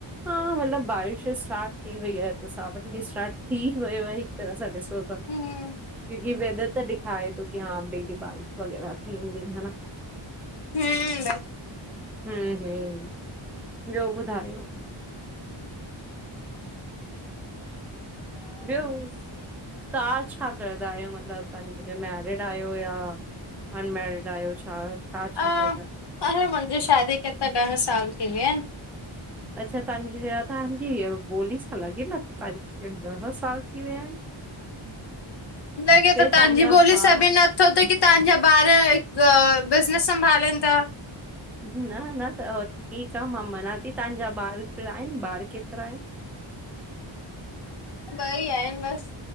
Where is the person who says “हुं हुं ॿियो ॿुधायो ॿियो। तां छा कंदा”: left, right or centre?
Centre